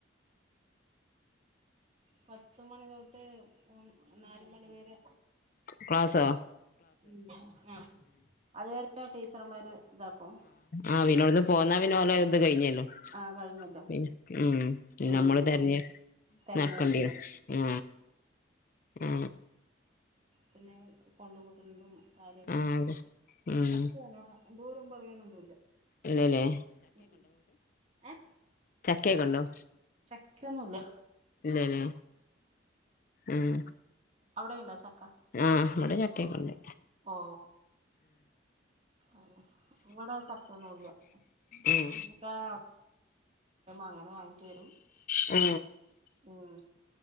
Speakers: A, on the right (about 35°); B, on the left (about 45°).
A: പത്തുമണി തൊട്ട് നാല് മണിവരെ
B: ക്ലാസാ?
A: ഉം ആ അതുവരെ ടീച്ചർമാര് ഇതാക്കും
B: ആ പിന്നവ്ട്ന്ന് പോന്നാ പിന്നെ ഓലെ ഇത് കഴിഞ്ഞല്ലോ
A: ആ കഴിഞ്ഞല്ലോ
B: പിന്നെ ഉം പിന്നമ്മള്
A: ഉം
B: തെര്ഞ്ഞ്.
A: തെരഞ്ഞു
B: ന്നട്ക്കണ്ട്യരും
A: വരുന്നു
B: ആ ആ.
A: പിന്നെ കൊണ്ടുപൂണ്ട്ന്നതും കാര്യക്കര്ത്.
B: ആഹ് ഉം
A: അട്ത്തന്നേണ് ദൂരം ഒന്നും പറയാനൊന്നുല്ല്യ
B: ഇല്ലല്ലേ
A: ഉം. ഏ
B: ചക്കക്കേക്കൊണ്ടോ?
A: ചക്ക്യന്നുല്ല.
B: ഇല്ലലെ ഉം.
A: അവിടെയുണ്ടോ ചക്ക?
B: ആഹ് ഇവിടെ ചക്കേക്ക്ണ്ട്.
A: ഓ. അല്ല ഇവടെ ചക്കൊന്നുല്ല.
B: ഉം
A: <unintelligible> അങ്ങനെ വാങ്ങി്ട്ട് വരും.
B: മ്.
A: ഉം